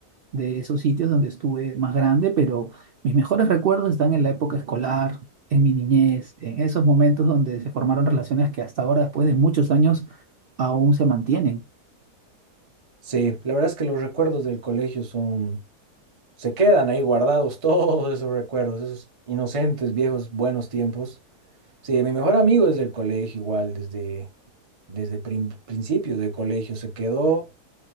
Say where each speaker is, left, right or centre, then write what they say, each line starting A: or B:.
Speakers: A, on the right; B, on the right.
A: de esos sitios donde estuve más grande, pero mis mejores recuerdos están en la época escolar, en mi niñez, en esos momentos donde se formaron relaciones que hasta ahora, después de muchos años, aún se mantienen.
B: Sí, la verdad es que los recuerdos del colegio son, se quedan ahí guardados <laughs> todos esos recuerdos, esos inocentes, viejos, buenos tiempos. Sí, mi mejor amigo desde el colegio igual, desde, desde prim- principios del colegio se quedó.